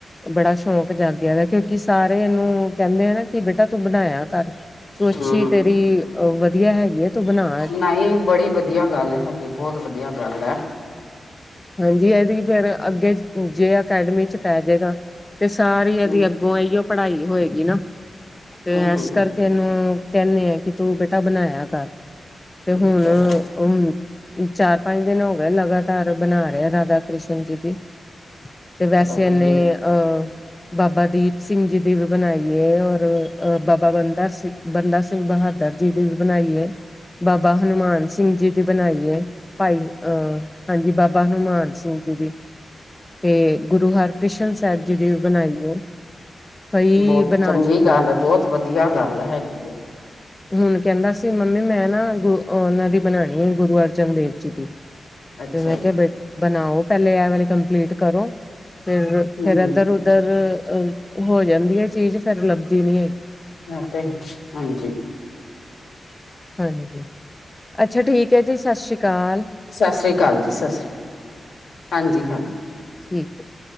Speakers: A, on the left; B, on the left.
A: ਬੜਾ ਸ਼ੌਂਕ ਜਾਗਿਆ ਦਾ ਕਿਉਂਕਿ ਸਾਰੇ ਇਹਨੂੰ ਕਹਿੰਦੇ ਆ ਨਾ ਕਿ ਬੇਟਾ ਤੂੰ ਬਣਾਇਆ ਕਰ। ਤੂੰ ਅੱਛੀ
B: ਹੂੰ,
A: ਤੇਰੀ ਅਹ ਵਧੀਆ ਹੈਗੀ ਹੈ। ਤੂੰ ਬਣਾ
B: ਨਹੀਂ ਬੜੀ ਵਧੀਆ ਗੱਲ ਹੈਗੀ ਬਹੁਤ ਵਧੀਆ ਗੱਲ ਹੈ।
A: ਹਾਂਜੀ ਇਹਦੀ ਫੇਿਰ ਅੱਗੇ ਜੇ ਅਕੈਡਮੀ ਚ ਪੈ ਜਾੇਗਾ। ਤੇ ਸਾਰੀ ਇਹਦੀ
B: ਹੂੰ,
A: ਅੱਗੋਂ ਇਹੀਓ ਪੜ੍ਹਾਈ ਹੋਏਗੀ ਨਾ ਤੇ
B: ਹੂੰ-ਹੂੰ-ਹੂੰ
A: ਇਸ ਕਰਕੇ। ਮੈਨੂੰ ਕਹਿੰਦੇ ਆ ਕਿ ਤੂੰ ਬੇਟਾ ਬਣਾਇਆ ਕਰ ਤੇ
B: ਇਹ
A: ਹੁਣ
B: ਹੈ
A: ਚਾਰ ਪੰਜ ਦਿਨ ਹੋ ਗਿਆਏ ਲਗਾਤਾਰ ਬਣਾ ਰਿਹਾ ਰਾਧਾ ਕ੍ਰਿਸ਼ਨ ਜੀ ਦੀ। ਤੇ ਵੈਸੇ
B: ਚਲੋ ਵਧੀਆ
A: ਇਹਨੇ ਅਹ ਬਾਬਾ ਦੀਪ ਸਿੰਘ ਜੀ ਦੀ ਵੀ ਬਣਾਈ ਹੈ। ਅ ਬਾਬਾ ਬੰਦਾ ਸਿੰਘ ਬੰਦਾ ਸਿੰਘ ਬਹਾਦਰ ਜੀ ਦੀ ਵੀ ਬਣਾਈ ਹੈ। ਬਾਬਾ ਹਨੂੰਮਾਨ ਸਿੰਘ ਜੀ ਦੀ ਬਣਾਈ ਹੈ ਭਾਈ ਅਹ ਹਾਂਜੀ ਬਾਬਾ ਹਨੂੰਮਾਨ ਸਿੰਘ ਜੀ ਦੇ। ਤੇ ਗੁਰੂ ਹਰ ਕ੍ਰਿਸ਼ਨ ਸਾਹਿਬ ਜੀ ਦੀ ਬਣਾਈ ਹੈ। ਕਈ
B: ਬਹੁਤ
A: ਬਣਾ
B: ਚੰਗੀ
A: ਚੁੱਕਿਆ
B: ਗੱਲ ਹੈ ਬਹੁਤ ਵਧੀਆ ਗੱਲ ਹੈਗੀ।
A: ਹੁਣ ਕਹਿੰਦਾ ਸੀ ਮੰਮੀ ਮੈਂ ਨਾ ਗੁ ਔਹਨਾਂ ਦੀ ਬਣਾਉਣੀ ਹੈ ਗੁਰੂ ਅਰਜਨ ਦੇਵ ਜੀ ਦੀ,
B: ਅੱਛਾ
A: ਫੇਰ ਮੈਂ
B: ਜੀ।
A: ਕਿਹਾ ਬੇ ਬਣਾਓ ਪਹਿਲੇ ਐ ਵਾਲੀ ਕੰਪਲੀਟ ਕਰੋ, ਫੇਰ
B: ਹੂੰ-ਹੂੰ
A: ਫੇਰ ਇਧਰ ਉ ਪਰ ਐ ਹੋ ਜਾਂਦੀ ਹੈ, ਚੀਜ਼ ਫੇਰ ਲੱਭਦੀ ਨੀ ਹੈਗੀ।
B: <inaudible> ਹਾਂਜੀ।
A: ਹਾਂਜੀ, ਅੱਛਾ ਠੀਕ ਹੈ ਜੀ, ਸਸਸ਼੍ਰੀ ਕਾਲ।
B: ਸਸਸ਼੍ਰੀ ਕਾਲ ਜੀ ਸਸਸ਼੍ਰੀ ਕਾਲ, ਹਾਂਜੀ -ਹਾਂਜੀ
A: ਠੀਕ ਐ।